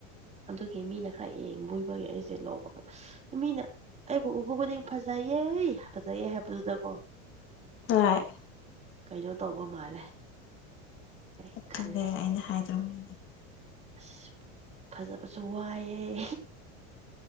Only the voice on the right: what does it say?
ꯑꯗꯨꯒꯤ ꯃꯤꯅ ꯈꯔ ꯌꯦꯡꯕꯣꯏꯕꯒꯤ ꯑꯩꯁꯦ <unintelligible> ꯃꯤꯅ ꯑꯩꯕꯨ ꯎꯕꯗꯤꯡ ꯐꯖꯩꯌꯦ ꯐꯖꯩꯌꯦ ꯍꯥꯏꯕꯗꯨꯗꯀꯣ
ꯀꯩꯅꯣ ꯇꯧꯕ ꯃꯥꯜꯂꯦ ꯑꯩ
ꯈꯜꯂꯦ
ꯑꯁ ꯐꯖꯕꯁꯨ ꯋꯥꯏꯑꯦ